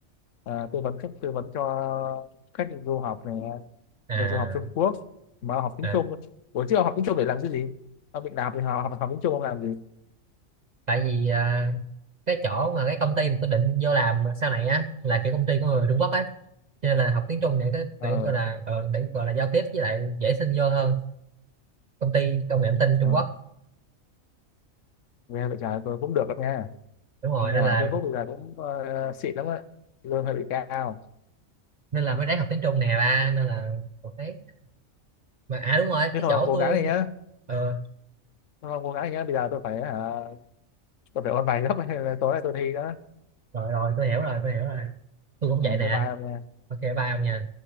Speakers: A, on the left; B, on the right.
A: ờ, tư vấn khách tư vấn cho khách du học này
B: à
A: được du học Trung Quốc mà học tiếng
B: à
A: Trung buổi trước ông học tiếng Trung để làm cái gì ông bị làm thì học học, tiếng Trung ông làm gì
B: tại vì à, cái chỗ mà cái công ty mà tôi định vô làm sau này á là kiểu công ty của người Trung Quốc ấy cho nên là học tiếng Trung để cái
A: ờ
B: để gọi là ờ, để gọi là giao tiếp với lại dễ xin vô hơn công ty công nghệ thông tin Trung
A: ờ,
B: Quốc
A: nghe vậy trời tôi cũng được đó nghe
B: đúng rồi
A: nghe
B: nên
A: bảo
B: là
A: là Trung Quốc bây giờ cũng ờ, xịn lắm á lương hơi bị cao
B: nên là mới ráng học tiếng Trung nè ba nên là một thấy mà à đúng rồi
A: thế
B: cái
A: thôi
B: chỗ
A: ông cố
B: tôi
A: gắng đi nhá
B: ờ
A: thôi ông cố gắng đi nhá bây giờ tôi phải hả, tôi phải ôn bài gấp <laughs> nên là tối nay tôi thi đó
B: rồi rồi tôi hiểu rồi tôi hiểu rồi tôi cũng
A: ừ,
B: vậy nè
A: bye bye ông nha
B: ok ba ông nha